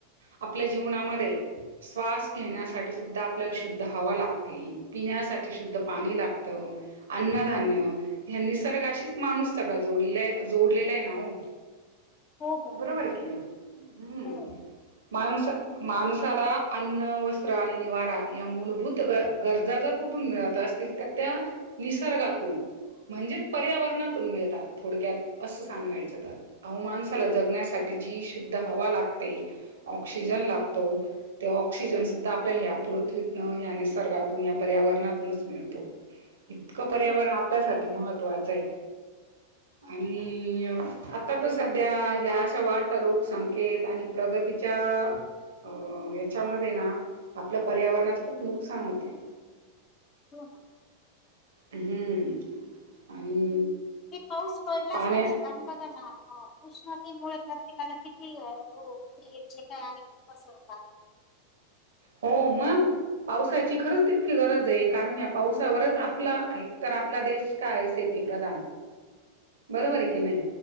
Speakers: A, on the right; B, on the left.
A: आपल्या जीवनामध्ये श्वास घेण्यासाठी सुद्धा आपल्याला शुद्ध हवा लागते. पिण्यासाठी शुद्ध पाणी लागत. अन्नधान्य ह्मा निसर्गाशीच माणूस सगळा जोडले जोडलेला आहे ना ओ.
B: हो हो
A: बरोबर आहे की नाही. हम्म.
B: बरोबर
A: माणूस-माणसाला अन्न, वस्त्र आणि निवारा या मूलभूत गरजा जर कु ठून मिळतं असतील तर त्या निसर्गातून. म्हणजेचं पर्यावरणातून मिळतात. थोडक्यात असं सांगायचं तर. अव माणसाला जगण्यासाठी जी शुद्ध हवा लागते, ऑक्सिजन लागतो ते ऑक्सिजनसद्धा आपल्याला ह्या पृथ्वीतनं, ह्या निसर्गातून, या पर्यावरणातूनचं मिळतो. इतकं पर्यावरणं
B: बरोबर
A: आपल्यासाठी महत्त्वाचं आहे. आणि आता तर सध्या ह्या अश्या वाढत्या लोकसंख्येत आणि प्रगतीच्या अं यांच्या मध्ये ना आपल्या पर्यावरणात खूप नुकसान होतयं.
B: हो ना.
A: हम्म. आणि
B: आणि पाऊस पडलाचं
A: पाण्या
B: पाहिजे कारणं बघा ना आता उष्णतेमुळे प्रत्येकाला किती रोग ते जे काय आहे ते पसरतात.
A: हो मगं. पावसाची खरंच तितकी गरज आहे कारण या पावसावरच आपला एक तर आपला देश काये शेती प्रदान. बरोबर आहे की नाही?